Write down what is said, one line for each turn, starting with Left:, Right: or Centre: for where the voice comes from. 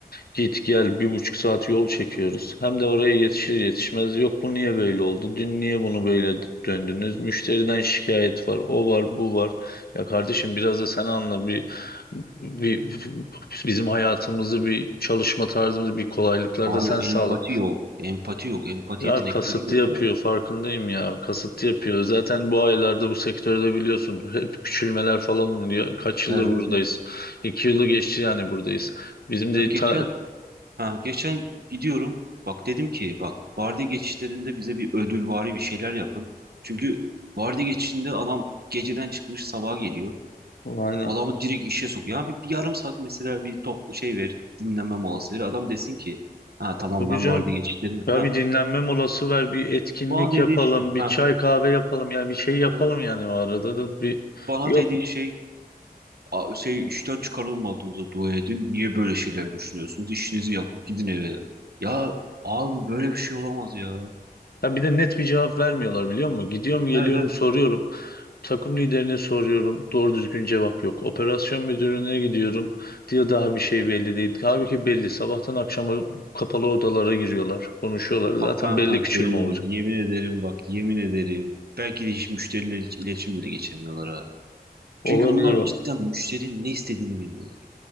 Left: git gel bir buçuk saat yol çekiyoruz. Hem de oraya yetişir yetişmez yok bu niye böyle oldu? Dün niye bunu böyle d- döndünüz? Müşteriden şikayet var. O var bu var. Ya kardeşim biraz da sen anla bir, bir bizim hayatımızı bir çalışma tarzımızı bir kolaylıklar da
Right: Abi
Left: sen sağla.
Right: empati yok. Empati yok. Empati
Left: Ya
Right: yetenekleri
Left: kasıtlı
Right: yok
Left: yapıyor
Right: ya.
Left: farkındayım ya. Kasıtlı yapıyor. Zaten bu aylarda bu sektörde biliyorsun hep küçülmeler falan oluyor. Kaç yıldır
Right: Evet,
Left: buradayız?
Right: evet, evet.
Left: İki yılı geçti yani buradayız. Bizim
Right: Ya
Left: de
Right: geçen
Left: ta...
Right: ha geçen gidiyorum. Bak dedim ki bak vardiya geçişlerinde bize bir ödülvari bir şeyler yapın. Çünkü vardiya geçişinde adam geceden çıkmış sabaha geliyor.
Left: Aynen.
Right: Adamı direkt işe sokuyor. Ya bir, bir yarım saat mesela bir top şey ver, dinlenme molası ver. Adam desin ki ha tamam
Left: Tabii
Right: ben
Left: canım.
Right: vardiya geçişlerim.
Left: Ya
Right: Ha
Left: bir dinlenme molası ver, bir etkinlik
Right: bana dediği
Left: yapalım,
Right: şey
Left: bir
Right: ha
Left: çay kahve yapalım. Yani bir şey yapalım
Right: evet.
Left: yani o arada da bir...
Right: Bana
Left: Yok.
Right: dediği şey A- şey işten çıkarılmadığınıza dua edin. Niye böyle şeyler düşünüyorsunuz? İşinizi yapıp gidin eve. Ya abi böyle bir şey olamaz ya.
Left: Ya bir de net bir cevap vermiyorlar biliyor musun? Gidiyorum geliyorum
Right: Evet evet.
Left: soruyorum. Takım liderine soruyorum. Doğru düzgün cevap yok. Operasyon müdürüne gidiyorum. Diyor daha bir şey belli değil. Halbuki belli. Sabahtan akşama kapalı odalara giriyorlar. Konuşuyorlar. Zaten
Right: Bak ben
Left: belli
Right: sana
Left: küçülme
Right: söyleyeyim.
Left: olacak.
Right: mi? Yemin ederim bak yemin ederim. Belki de hiç müşteriyle hiç iletişim bile geçemiyorlar ha.
Left: Olabilir
Right: Çünkü bunlar
Left: valla.
Right: cidden müşterinin ne istediğini bilmiyorlar.